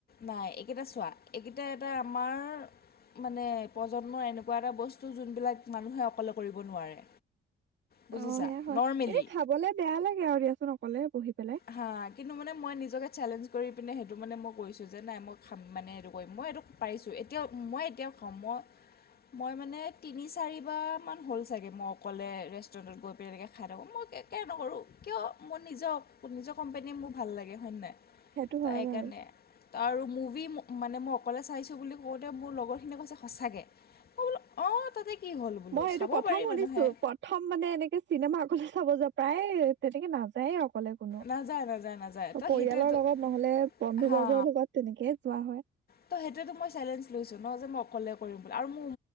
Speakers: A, on the left; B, on the right.
A: নাই এইকেইটা চোৱা এইকেইটা এটা আমাৰ মানে প্ৰজন্মৰ এনেকুৱা এটা বস্তু যোনবিলাক মানুহে অকলে কৰিব নোৱাৰে। বুজিছা
B: অ, সেয়া হয়
A: নৰ্মেলি
B: এনে খাবলে বেয়া লাগে আৰু দিয়াচোন অকলে। বহি পেলাই
A: হা, কিন্তু মানে মই নিজকে চেলেঞ্জ কৰি। পিনে সেইটো মানে মই কৰিছো যে নাই মই খাম মানে সেইটো কৰিম মই এইেইটো পাৰিছো এতিয়াও মই এতিয়াও খাও মই। মই মানে তিনি চাৰিব মান হ'ল চাগে মই অকলে ৰেষ্টুৰেন্টত গৈ খাই থাকো মই। কে নকৰো কিয় মোৰ নিজক নিজৰ কোম্পোনীয়ে মোৰ ভাল লাগে হয় নাই?
B: সেইটো
A: তো
B: হয়
A: সেইকাৰণে
B: বাৰু।
A: আৰু মুভি মানে মই অকলে চাইছো বুলি কওতে মোৰ লগৰখিনিয় কৈছে সচাকৈ। অ, তাতে। কি হ'ল বোলো
B: মই এইটো
A: চাব
B: প্ৰথম
A: পাৰি
B: শুনিছো
A: মানুহে
B: প্ৰথম মানে এনেকে চিনেমা কত। চাব যা প্ৰায় তেনেকে নাযায়ে। অকলে কোনো পৰিয়ালৰ
A: নাযায় নাযায় নাযায় তো সেইটোৱেতো
B: লগত নহলে বন্ধু
A: হা
B: বৰ্গৰ লগত তেনেকেই যোৱা হয়।
A: ত, সেইটো মই চেলেঞ্জ লৈছো ন যে মই অকলে। কৰিম বুলি আৰু মোক